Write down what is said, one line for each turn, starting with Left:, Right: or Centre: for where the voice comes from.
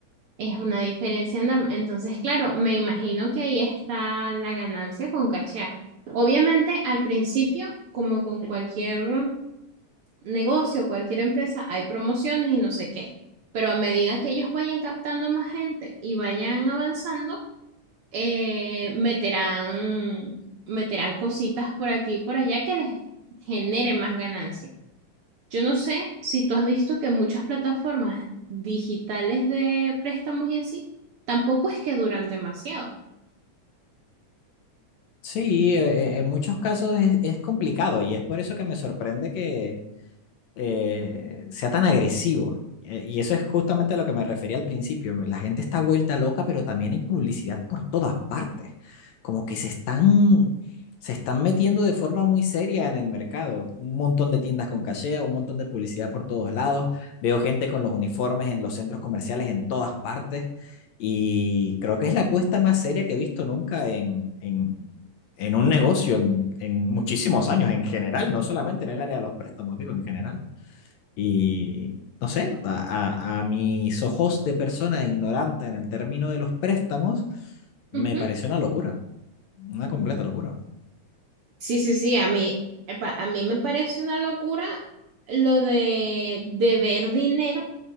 Right: Es una diferencia enorme. Entonces, claro, me imagino que ahí está la ganancia con cachea. Obviamente, al principio, como con cualquier negocio, cualquier empresa, hay promociones y no sé qué. Pero a medida que ellos vayan captando más gente y vayan avanzando, eh, meterán, meterán cositas por aquí y por allá que les genere más ganancia. Yo no sé si tú has visto que muchas plataformas digitales de préstamos y así, tampoco es que duran demasiado.
Left: Sí, eh, eh, en muchos casos es, es complicado y es por eso que me sorprende que eh, sea tan agresivo. Eh, Y eso es justamente a lo que me refería al principio. La gente está vuelta loca, pero también hay publicidad por todas partes. Como que se están, se están metiendo de forma muy seria en el mercado. Un montón de tiendas con cachea, un montón de publicidad por todos lados. Veo gente con los uniformes en los centros comerciales en todas partes. Y creo que es la apuesta más seria que he visto nunca en, en, en un negocio en, en muchísimos años, en general, no solamente en el área de los préstamos, digo, en general. Y no sé, a, a- a mis ojos de persona ignorante en el término de los préstamos, me
Right: Ujú.
Left: pareció una locura, una completa locura.
Right: Sí, sí, sí, a mí, epa, a mí me parece una locura lo de deber dinero.